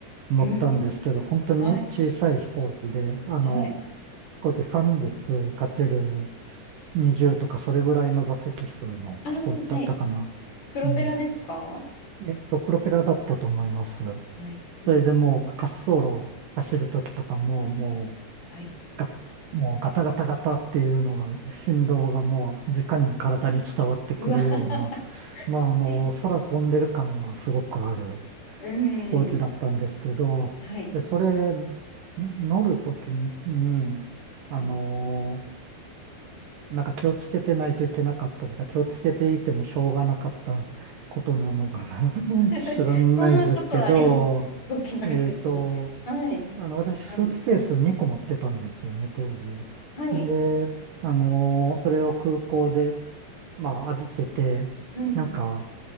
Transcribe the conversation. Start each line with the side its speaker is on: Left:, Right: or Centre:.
Right: 乗ったんですけど、
Left: うん。
Right: 本当に小さい飛行機で、
Left: はい。
Right: あの、
Left: はい。
Right: 飛行機3列かける20とかそれぐらいの座席数の飛行機だったかな。
Left: ああはい。プロペラですか
Right: うん。えっと、プロペラだったと思います。
Left: はい。うん。
Right: それでもう滑走路を走るときとかも、もう
Left: はい。
Right: ガ、もうガタガタガタっていうのが、振動がもう時間に体に伝わってくるような、
Left: うわ。<laughs> は
Right: まああの、
Left: い
Right: 空飛んでる感はすごくある
Left: うん。
Right: 飛行機だったんですけど、
Left: はい。
Right: で、それ、乗るときに、にあの、
Left: はい。
Right: なんか気をつけてないといけなかったというか、気をつけていてもしょうがなかったことなのかな
Left: <laughs>
Right: <laughs> 知らないんですけど、
Left: そんなことはあります、大きなるときに。
Right: えっと、
Left: はい。
Right: あの、私、スーツケース2個持ってたんですよね、
Left: 何ですか
Right: 当時。
Left: はい。
Right: で、あのーそれを空港で、まあ、預けて、
Left: うん。
Right: なんか、